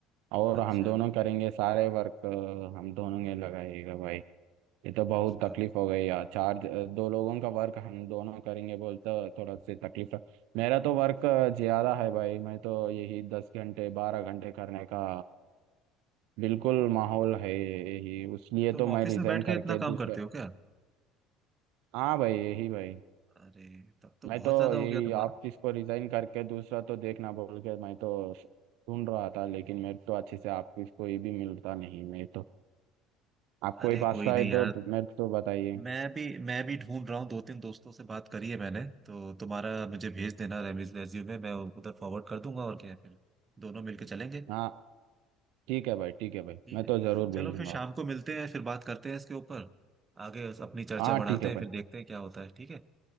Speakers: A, on the right; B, on the right.
A: और
B: अच्छा
A: हम दोनों करेंगे सारे वर्क हम दोनों ने लगाएगा भाई ये तो बहुत
B: अच्छा
A: तकलीफ हो गई यार चार दो लोगों का वर्क हम दोनों करेंगे बोलते थोड़ा से तकलीफ है मेरा तो वर्क ज्यादा है भाई मैं तो यही दस घंटे बारह घंटे करने का बिल्कुल माहौल है यही उसलिए
B: तुम
A: तो
B: ऑफिस
A: मैं रिजाइन
B: में बैठ के
A: करके
B: इतना काम
A: दूसरे
B: करते हो क्या
A: हाँ भाई यही भाई
B: अरे तब तो
A: मैं
B: बहुत
A: तो
B: ज्यादा
A: यही
B: हो गया तुम्हारा
A: ऑफिस को रिजाइन करके दूसरा तो देखना बोल के मैं तो ढूंढ रहा था लेकिन मेरे को तो अच्छे से ऑफिस कोई भी मिलता नहीं मैं तो आपको
B: अरे
A: ही पास्ता
B: कोई नहीं
A: है
B: यार
A: तो मेरे को तो बताइए
B: मैं भी मैं भी ढूंढ रहा हूँ दो तीन दोस्तों से बात करी है मैंने तो तुम्हारा मुझे भेज देना रेज्यूमे मैं उधर फॉरवर्ड कर दूंगा और क्या है फिर दोनों मिलके चलेंगे
A: हाँ ठीक है भाई ठीक है भाई
B: ठीक
A: मैं
B: है
A: तो जरूर भेजूंगा
B: चलो फिर शाम को मिलते हैं फिर बात करते हैं इसके ऊपर आगे अपनी चर्चा
A: हाँ
B: बढ़ाते
A: ठीक है
B: हैं
A: भाई
B: फिर देखते हैं क्या होता है ठीक है